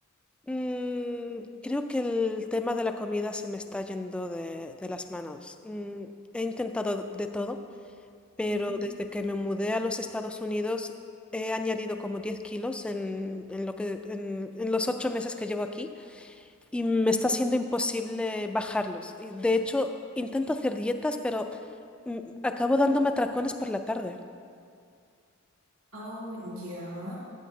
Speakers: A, in the centre; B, on the right.
A: Mm, creo que el tema de la comida se me está yendo de, de las manos. Mm, he intentado de todo, pero
B: Ujú.
A: desde que me mudé a los Estados Unidos he añadido como 10 kilos en, en lo que, en en los ocho meses que llevo aquí. y me está siendo imposible bajarlos. Y de hecho, intento hacer dietas, pero mm, acabo dándome atracones por la tarde.
B: Oh, ya.